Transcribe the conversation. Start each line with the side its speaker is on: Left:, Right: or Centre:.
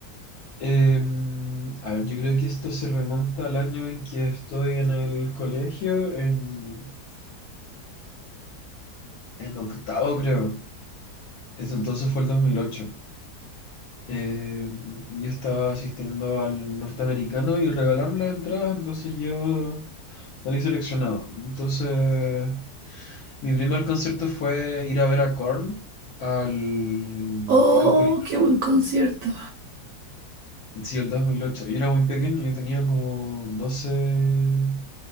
Left: Eh, a ver, yo creo que esto se remonta al año en que estoy en el colegio, en, en octavo creo. Eso entonces fue el 2008. Eh, yo estaba asistiendo al norteamericano y regalaron las entradas, entonces yo salí seleccionado. Entonces... Mi primer concierto fue ir a ver a Korn al
Right: Oh,
Left: Caupolicán.
Right: qué buen concierto.
Left: Sí, el 2008. Yo era muy pequeño, yo tenía como 12,